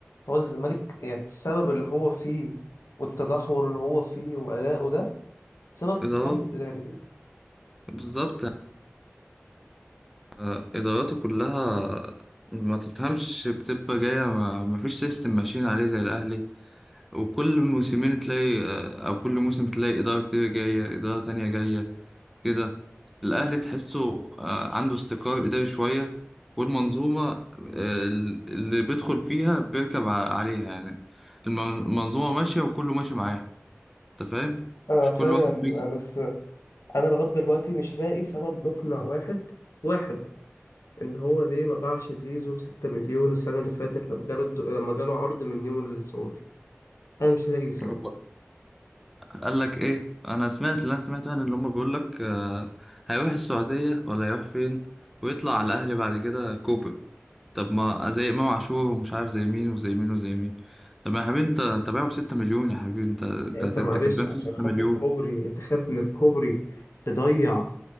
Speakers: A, on the left; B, in the centre.
A: هو الزمالك يعني السبب اللي هو فيه والتدهور اللي هو فيه وأداؤه ده سبب
B: إدارات
A: تخبط إداري
B: بالظبط آه، إداراته كلها ما تفهمش بتبقى جاية ما ما فيش سيستم ماشيين عليه زي الأهلي وكل موسمين تلاقي آه، أو كل موسم تلاقي إدارة كتير جاية إدارة تانية جاية كده الأهلي تحسه آه، عنده استقرار إداري شوية والمنظومة آه، اللي بيدخل فيها بيركب ع- عليها يعني المن- المنظومة ماشية وكله ماشي معاها أنت فاهم؟
A: أنا
B: مش
A: فاهم
B: كل واحد بيجي
A: بس أنا لغاية دلوقتي مش لاقي سبب مقنع واحد واحد إن هو ليه ما باعش زيزو بستة مليون السنة اللي فاتت لما جاله الد- لما جاله عرض من نيوم السعودي أنا مش لاقي سبب
B: هو قال لك إيه؟ أنا سمعت لا سمعت يعني اللي هما بيقول لك آه، هيروح السعودية ولا هيروح فين؟ ويطلع على الأهلي بعد كده كوبري طب ما زي إمام عاشور ومش عارف زي مين وزي مين وزي مين طب يا حبيبي انت انت باعه بستة مليون يا حبيبي انت انت
A: يعني أنت معلش
B: انت كسبان
A: عشان
B: فيه ستة
A: خاطر
B: مليون
A: كوبري أنت خايف من الكوبري تضيع